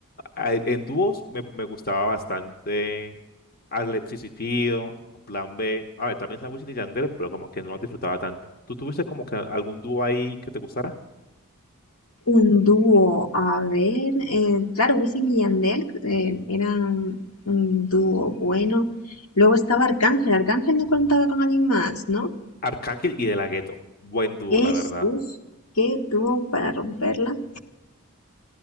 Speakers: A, on the left (about 40°); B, on the left (about 65°).
A: a- en dúos me, me gustaba bastante Alexis y Fido, Plan B, a ver, también Sandwich y Yandel, pero como que no los disfrutaba tanto. ¿Tú tuviste como que algún dúo ahí que te gustara?
B: Un dúo, a ver, eh, claro, Wisin y Yandel eh, eran un dúo bueno. Luego estaba Arcángel, Arcángel no contaba con alguien más, ¿no?
A: Arcángel y De La Ghetto, buen dúo,
B: Es,
A: la verdad.
B: uff, qué dúo para romperla.